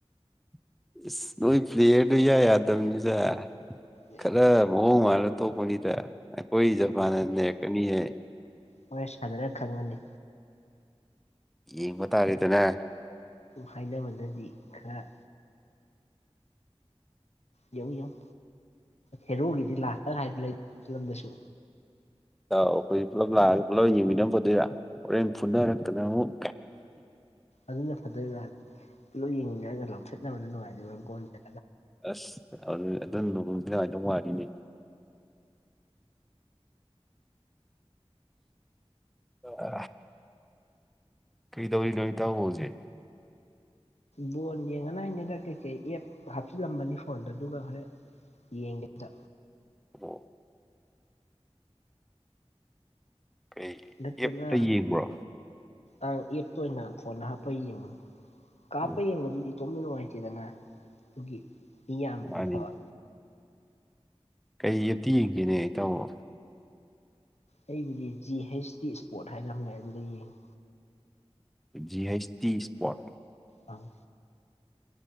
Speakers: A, in the centre; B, on the left.
A: <inaudible> ꯅ ꯄ꯭ꯂꯦꯠ ꯌꯥ ꯌꯥꯗꯕꯅꯤꯁ
B: ꯑꯦ
A: ꯈꯔ ꯃꯎ ꯃꯥꯔ ꯊꯣꯛꯕꯨꯅꯤ ꯇ ꯀꯣꯏꯖꯐꯅꯦ ꯀꯅꯤ ꯍꯥꯏ
B: ꯍꯔ ꯁꯥꯟꯅꯅ ꯈꯪꯒꯅꯤ
A: ꯌꯦꯡꯕ ꯇꯥꯔꯦꯗꯅꯦ
B: ꯍꯥꯏꯅꯕꯗꯗꯤ ꯈꯔ ꯌꯦꯧ ꯌꯥꯧ ꯍꯦꯔꯣꯒꯤꯗꯤ ꯂꯥꯁꯇ ꯍꯥꯏꯕ ꯂꯩ ꯐꯤꯂꯝꯗꯁꯨ
A: ꯇ ꯑꯩꯈꯣꯏ ꯄꯨꯂꯞ ꯂꯥꯛꯑꯒ ꯄꯨꯂꯞ ꯌꯦꯡꯃꯤꯟꯅ ꯐꯗꯣꯏꯔ ꯍꯣꯔꯦꯟ ꯐꯨꯅꯔꯛꯇꯅ ꯑꯃꯨꯛ
B: ꯑꯗꯨꯅ ꯐꯠꯇꯕꯤ ꯀꯤꯂꯣ ꯌꯦꯡꯅꯤꯡꯗꯔꯒ ꯂꯧꯊꯠꯅꯕꯅ ꯅꯨꯡꯉꯥꯏꯗꯣꯏꯔꯥ ꯒꯣꯟ ꯆ
A: ꯑꯁ ꯑꯗꯨ ꯑꯗꯨ ꯂꯨꯗꯤ ꯀꯥꯏꯗꯧ ꯋꯥꯔꯤꯅꯦ ꯑ ꯀꯩꯗꯧꯔꯤ ꯅꯃꯤ ꯇꯕꯖꯦ
B: ꯕꯣꯟ ꯌꯦꯡꯒꯅꯤ ꯍꯥꯏꯅꯤꯗ ꯀꯩꯀꯩ ꯑꯦꯞ ꯍꯥꯞꯆꯤꯜꯂꯝꯕꯅꯤ ꯐꯣꯟꯗ ꯑꯗꯨꯒ ꯈꯔ ꯌꯦꯡꯗ
A: ꯑꯣ ꯀꯩ
B: ꯏ ꯆꯅ
A: ꯑꯦꯞꯇ ꯌꯦꯡꯕ꯭ꯔꯣ
B: ꯑꯥꯡ ꯑꯦꯞꯇ ꯑꯣꯏꯅ ꯐꯣꯟꯗ ꯍꯥꯞꯄ ꯌꯦꯡꯕꯅꯤ ꯀꯥꯞꯄ
A: ꯑꯣ
B: ꯌꯦꯡꯕꯗꯨꯗꯤ ꯇꯣꯝꯅ ꯅꯨꯡꯉꯥꯏꯇꯦꯗꯅ ꯑꯗꯨꯒꯤ ꯃꯤ ꯌꯥꯝꯕꯗꯤ
A: ꯃꯥꯅꯤ
B: ꯐꯕ
A: ꯀꯩ ꯑꯞꯇꯤ ꯌꯦꯡꯁꯤꯅꯦ ꯑꯩ ꯇꯧꯣ
B: ꯑꯩꯕꯨꯗꯤ ꯖꯤ ꯍꯩꯁ ꯇꯗꯤ ꯏꯁꯄꯣꯔꯠ ꯍꯥꯏꯔꯃꯦ ꯑꯗꯨꯗ ꯌꯦꯡꯉꯤ
A: ꯖꯤ ꯍꯩꯁ ꯇꯤ ꯏꯁꯄꯠ
B: ꯑꯥ